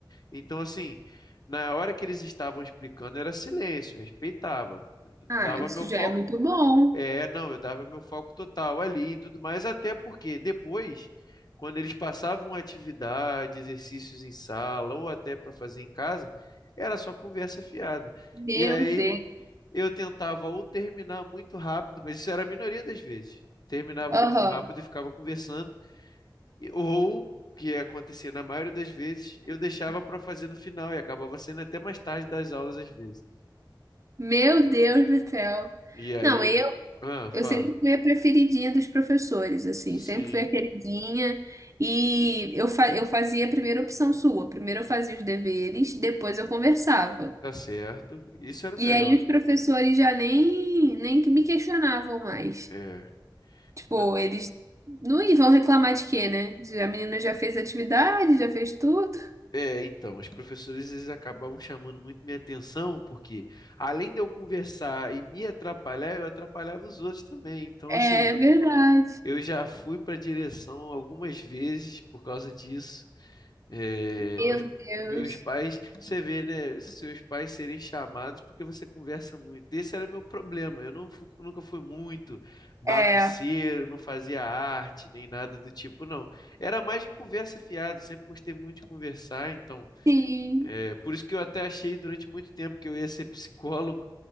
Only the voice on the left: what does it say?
Então, assim, na hora que eles estavam explicando, era silêncio, eu respeitava. Dava
meu
foco
é, não, eu dava meu foco total ali e tudo mais, até porque depois, quando eles passavam atividade, exercícios em sala ou até para fazer em casa, era só conversa fiada.
E aí
eu tentava ou terminar muito rápido, mas isso era a minoria das vezes. Terminava
muito rápido e ficava conversando, e- ou o que acontecia na maioria das vezes, eu deixava para fazer no final e acabava sendo até mais tarde das aulas às vezes.
E aí,
ah, falo.
Sim.
Tá certo. Isso era o
melhor.
É.
Na-
É, então, os professores eles acabavam chamando muito minha atenção, porque além de eu conversar e me atrapalhar, eu atrapalhava os outros também. Então,
assim,
eu já fui para direção algumas vezes por causa disso. É,
meus,
meus pais, você vê, né? Seus pais serem chamados porque você conversa muito. Esse era meu problema. Eu não, fu- nunca fui muito bagunceiro,
não fazia arte, nem nada do tipo, não. Era mais de conversa fiada. Sempre gostei muito de conversar, então.
É, por isso que eu até achei durante muito tempo que eu ia ser psicólogo.